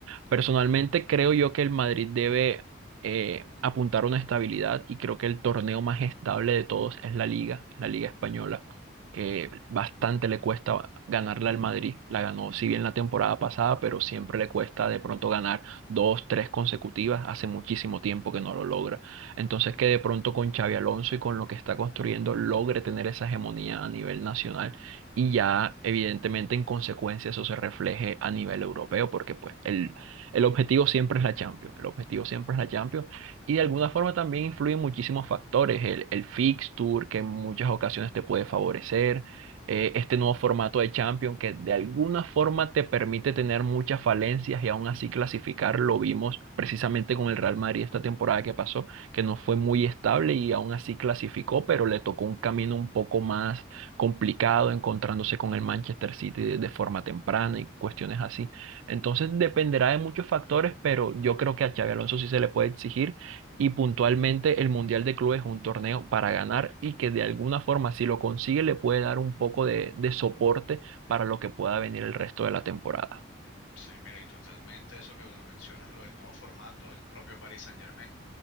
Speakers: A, on the right (about 85°); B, on the left (about 85°).
A: Personalmente creo yo que el Madrid debe eh, apuntar a una estabilidad y creo que el torneo más estable de todos es la Liga, la Liga Española, que bastante le cuesta ganarla al Madrid. La ganó, si bien la temporada pasada, pero siempre le cuesta de pronto ganar dos, tres consecutivas. Hace muchísimo tiempo que no lo logra. Entonces que de pronto con Xavi Alonso y con lo que está construyendo logre tener esa hegemonía a nivel nacional y ya evidentemente en consecuencia eso se refleje a nivel europeo porque pues el el objetivo siempre es la Champions, el objetivo siempre es la Champions y de alguna forma también influyen muchísimos factores, el, el fixture que en muchas ocasiones te puede favorecer, eh, este nuevo formato de Champions que de alguna forma te permite tener muchas falencias y aún así clasificar, lo vimos precisamente con el Real Madrid esta temporada que pasó, que no fue muy estable y aún así clasificó, pero le tocó un camino un poco más complicado encontrándose con el Manchester City de de forma temprana y cuestiones así. Entonces dependerá de muchos factores, pero yo creo que a Xabi Alonso sí se le puede exigir y puntualmente el Mundial de Clubes es un torneo para ganar y que de alguna forma si lo consigue le puede dar un poco de, de soporte para lo que pueda venir el resto de la temporada.
B: Sí, mira, y totalmente eso que lo mencionas, lo del nuevo formato, el propio Paris Saint-Germain.